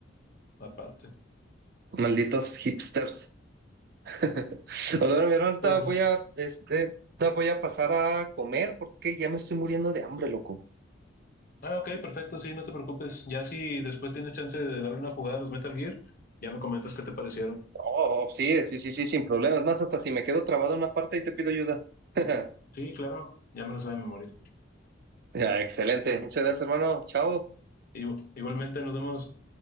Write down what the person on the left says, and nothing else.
aparte.
Pues,
ah, ok, perfecto, sí, no te preocupes. Ya si después tienes chance de darle una jugada a los Metal Gear, ya me comentas qué te parecieron.
Sí, claro, ya me lo sabe de memoria.
Igu- Igualmente nos vemos.